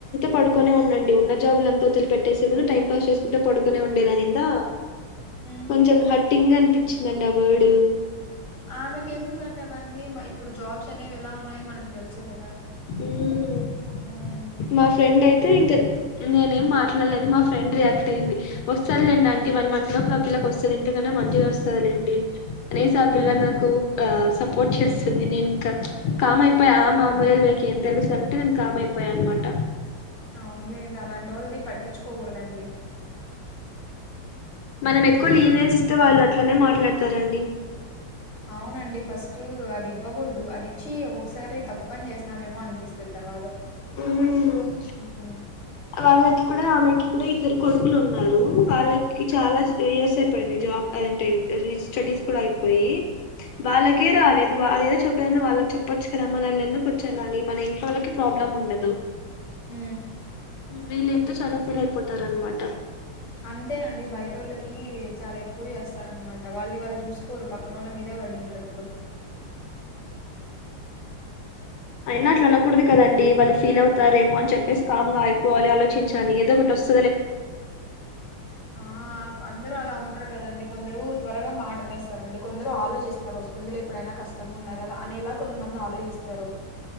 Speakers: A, on the left (about 75°); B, on the left (about 35°).
A: పడుకోనే ఉండండి ఉన్న జాబులు అంతా వదిలి పెట్టేదైనా టైం పాస్ చేసుకుంటా పడుకునే ఉండేదానిందా
B: హ్మ్.
A: కొంచెం హట్టింగ్ అనిపించిందండి ఆ వర్డు
B: ఆమెకి ఎందుకండి అవన్నీ ఇప్పుడు జాబ్స్ అనేవి ఎలా ఉన్నాయో మనకు తెలుసు కదా
A: వర్డ్
B: ఉమ్
A: మా ఫ్రెండ్ అయితే ఇంకా నేనేం
B: హ్మ్.
A: మాట్లాడలేదు మా ఫ్రెండ్ రియాక్ట్ అయింది వస్తందిలేండి అంటీ వన్ మంత్ లోపుల పిల్లకి వస్తుంది ఇందుకన్నా మంచిది వస్తుందింటి అనేసి ఆ
B: హ్మ్.
A: పిల్ల నాకు ఆ సపోర్ట్ చేస్తుంది నేను ఇంకా కామ్యిపోయాయి ఆ మామూల్యలు వీకి ఏం తెలుసాలంటే నేను కామ్యిపోయాయి అనమాట అట్ట
B: అవునులేండి అలాంటి వొళ్ళుదీ పట్టించుకోకూడదండి
A: మనం ఎక్కువ లీనియన్స్ ఇస్తే వాళ్ళు అట్లనే మాట్లాడతారండి
B: అవునండి ఫస్ట్ అది ఇవ్వకూడదు అది చీ ఒక్కక్కసారి తప్పు పని చేసినమేమో అనిపిస్తుంది తర్వాత
A: ఉమ్
B: హ్మ్.
A: వాళ్ళకి కూడా ఆమెకి కూడా ఇద్దరు కొడుకులు ఉన్నారు వాళ్ళకి
B: హ్మ్.
A: చాలా ఇయర్స్ అయిపోయింది జాబ్ అంటే స్టడీస్ కూడా అయిపోయి
B: హ్మ్.
A: వాళ్లకే రాలేదు ఇది ఏదో చెప్పదో వాళ్ళకి చెప్పొచ్చు కదా మనల్ని ఎందుకు వచ్చేండ మన ఇంట్ వాళ్ళకి ప్రాబ్లమ్ ఉండదు
B: ఉ
A: వీళ్ళేంతో చాలా ఫీల్ అయిపోతారనమాట
B: అంతేనండి బయట వాళ్ళకి చాలా ఎక్కువ చేస్తార అనమాట వాళ్లది వాళ్ళు చూసుకోరు పక్క పక్నోళ్ళ మీదే పడిడీటూరు ఇప్పుడు
A: అయినా అట్లా అనకూడదు కదండి వాళ్ళు ఫీల్ అవుతారేమో అని చెప్పేసి కామ్ంగాగా అయిపోవాలి ఆలోచించాలి ఏదో ఒకటి వస్తంది
B: ఆ అందరూ అలా ఉండరు కదండి కొందరు త్వరగా మాట అనేస్తారండి కొందరు ఆలోచిస్తారు వస్తుందిలే ఎప్పుడైనా కష్టంగా ఉన్నాయి కదా అనేలా కొంతమంది ఆలోచిస్త